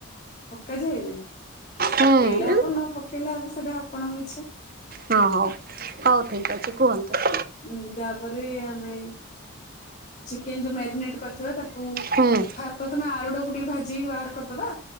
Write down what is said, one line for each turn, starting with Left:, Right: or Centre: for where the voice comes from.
Left: ପକାଯାଏନି ପକେଇଲେ
Right: ହୁଁ ହଁ
Left: ହବ ନ ପକେଇଲେ ହବ ସେଟା ଆପଣଙ୍କ ଇଚ୍ଛା।
Right: ହଁ ହଉ ହଉ ଠିକ୍ ଅଛି କୁହନ୍ତୁ।
Left: ହୁଁ ତାପରେ ଆମେ। ଚିକେନ ଯୋଉ ମ୍ୟାରିନେଟ କରିଥିବା ତାକୁ
Right: ହୁଁ
Left: ଫାତ ତମେ ଆଳୁଡାକୁ ଟିକିଏ ଭାଜିିକି ବାହାର କରିଦବା।